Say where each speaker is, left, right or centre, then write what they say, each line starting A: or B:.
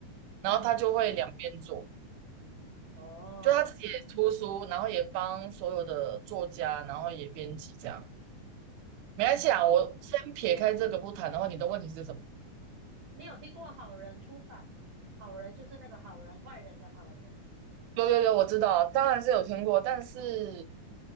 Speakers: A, on the right (about 80°); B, on the right (about 60°).
A: 然后他就会两边做，
B: 嗯，哦，
A: 就他自己也出书，然后也帮所有的作家，然后也编辑这样。没关系啊，
B: 嗯，
A: 我先撇开这个不谈的话，你的问题是什么？
B: 你有听过好人出版吗？好人就是那个好人坏人的好人。
A: 有有有，我知道啊，当然是有听过，但是